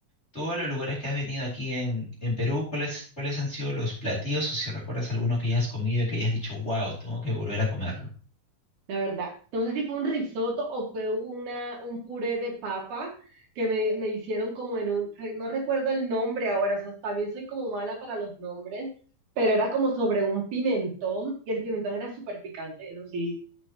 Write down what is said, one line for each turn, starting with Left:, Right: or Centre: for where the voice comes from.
Left: Tú a los lugares que has venido aquí en, en Perú, ¿cuáles, cuáles han sido los platillos o si recuerdas alguno que hayas comido y que hayas dicho, wow, tengo que volver a comerlo?
Right: La verdad, no sé si fue un risotto o fue una, un puré de papa que me, me hicieron como en un, re- no recuerdo el nombre ahora, o sea, también soy como mala para los nombres, pero era como sobre un pimentón y el pimentón era súper picante, eso sí,